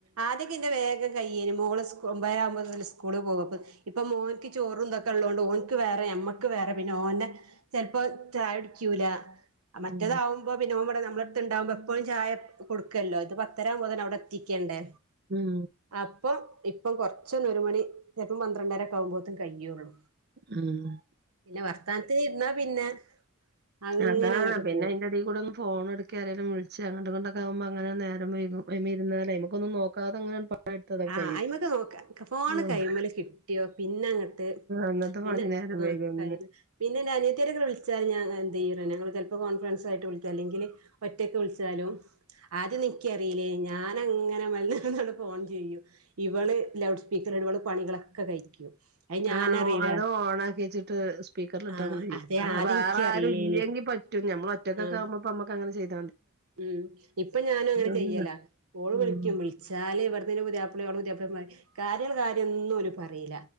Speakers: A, on the right; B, on the right.
A: ആദ്യക്കിന്റെ വേഗം കയ്യേന് മോൾ ഒമ്പദര ആവുമ്പോയേക്കും സ്കൂൾ പോകും ഇപ്പൊ മോൻക്ക് ചോറും ഇന്തൊക്കെ ഉള്ളോണ്ട് ഓൻക്ക് വേറെ മ്മക്ക് വേറെ പിന്നെ ഓന്റെ ചെലപ്പോ ചായ കുടിക്കൂല മറ്റേതാവുമ്പോ
B: ഉം
A: പിന്നെ നമ്മടെ നമ്മള അടുണ്ടാവുമ്പോ എപ്പോഴും ചായ കൊടുക്കല്ലോ ഇത് പത്ത് എട്ടര ആവുമ്പോൾ അവിടെ എത്തിക്കണ്ടേ
B: ഉം
A: അപ്പൊ ഇപ്പം കൊറച്ചൊന്ന് ഒരു മണി ചിലപ്പം പന്ത്രണ്ടര ആവുമ്പോയേക്കും ഒക്കെ കഴിയുള്ളൂ
B: ഉം
A: പിന്നെ വർത്താനത്തി ഇരുന്നാ പിന്നെ അങ്ങനെ
B: അതാണ്
A: അങ്ങട്ട്
B: പിന്നെ
A: പോവും
B: അതിന്റെ ഇടയി കൂടെ ഒന്ന് ഫോൺ എടുക്ക ആരേലും വിളിച്ചു അങ്ങട്ടും ഇതാകുമ്പോ അങ്ങനെ നേരം വഴുകും അതിന്മ്മേ ഇരുന്നാല് നമുക്കൊന്നും നോക്കാതെ അങ്ങനെ പണിട്ത്തതൊക്കെ
A: ആ
B: കഴിയും
A: അയിമക്കെ നോക്ക ഫോണ്
B: ആഹ്
A: കയിമ്മൽ കിട്ടിയോ പിന്നെ അങ്ങോട്ട്
B: അന്നത്തെ
A: പിന്നെ
B: പണി നേരം
A: ആഹ്
B: വൈകും
A: കല്ല പിന്നെ അനിയത്തിരൊക്കെ വിളിച്ചാൽ ഞാൻ എന്ത് ചെയ്യും ചിലപ്പോ കോൺഫിഡൻസ് ആയിട്ട് വിളിച്ച് അല്ലെങ്കിൽ ഒറ്റക്ക് വിളിച്ചാലും ആദ്യ ഒന്നും എ നിക്കറിയില്ലേ ഞാ ഞാൻ അങ്ങനെ <inaudible> ചെയ്യും ഇവള് ലൗഡ് സ്പീക്കർ ഇവള് പണികളൊക്കെ കഴിക്കും അത് ഞാനറിയില്ല
B: ആ അതോ ഓൺ ആക്കി വെച്ചിട്ട് സ്പീക്കറിൽ ഇട്ടാൻ
A: ആഹ്
B: മതി
A: അതെ ആദ്യം
B: വേറെ
A: എനിക്കറിയില്ലേനി
B: ആരും ഇല്ലെങ്കി പറ്റും നമ്മൾ ഒറ്റക്കെക്കാകുമ്പോ
A: ആഹ്
B: പ്പ മ്മക്കങ്ങനെ ചെയ്യ
A: ഉം ഇപ്പൊ ഞാനു അങ്ങനെ
B: ഇല്ലല്ലോ
A: ചെയ്യലാ ഓള് വിളിക്കും
B: ഉം
A: വിളിച്ചാല് ഇവട്ന്ന് ൻ്റെ പുതിയാപ്പള <unintelligible> കാര്യ കാര്യം ഒന്നും ഓൽ പറീല